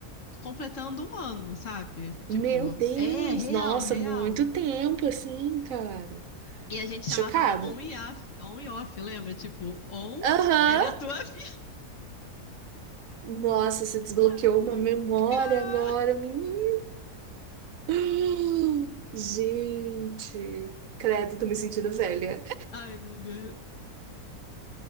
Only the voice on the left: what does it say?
completando um ano, sabe? Tipo,
é real,
real.
E a gente
chamava on e off, on e off, lembra? Tipo, on
era a tua <laughs> vida.
Ai,
ca-
Ai, amiga.